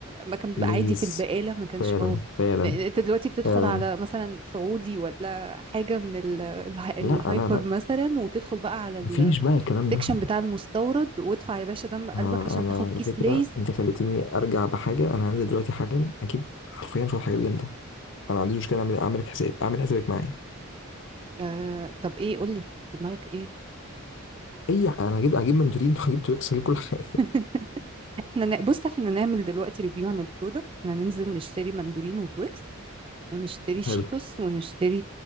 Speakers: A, on the right; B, on the left.
A: ما كان بيبقى
B: ليز
A: عادي في البقالة ما كانش
B: فعلا
A: مو
B: فعلا
A: يعني انت دلوقتي بتدخل
B: فعلا
A: على مثلا سعودي ولا حاجة من ال- الها- الهايبر
B: لا لا لا
A: مثلا وتدخل بقى على
B: مفيش بقى الكلام
A: السكشن
B: ده
A: بتاع المستورد وادفع يا باشا دم قلبك
B: انا
A: عشان
B: انا
A: تاخد كيس
B: على فكره
A: ليز
B: انت خليتيني ارجع بحاجه انا هنزل دلوقتي حالا اجيب حرفيا شويه حاجات جامده انا ما عنديش مشكله اعمل اعمل حساب اعمل حسابك معايا
A: آه طب ايه قولي في دماغك ايه
B: اي ح- انا هجيب هجيب مندولين <laughs> وهجيب تويكس هجيب كل حاجه
A: <laughs> احنا ن- بص احنا نعمل دلوقتي ريفيو عن البرودكت احنا ننزل نشتري مندولين وتويكس ونشتري شيتوس
B: حلو
A: ونشتري